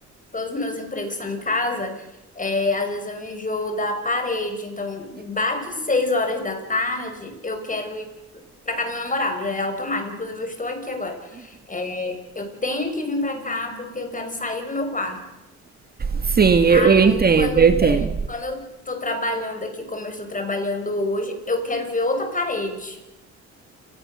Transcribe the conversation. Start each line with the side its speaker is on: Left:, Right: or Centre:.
Left: todos os meus empregos são em casa, é, às vezes eu enjoo da parede. Então, bate seis horas da tarde, eu quero ir pra casa do meu namorado, já é automático. Inclusive, eu estou aqui agora. É, eu tenho que vir pra cá porque eu quero sair do meu quarto.
Right: Sim, eu,
Left: Aí,
Right: eu entendo,
Left: quando,
Right: eu entendo.
Left: é, quando eu tô trabalhando aqui, como eu estou trabalhando hoje, eu quero ver outra parede.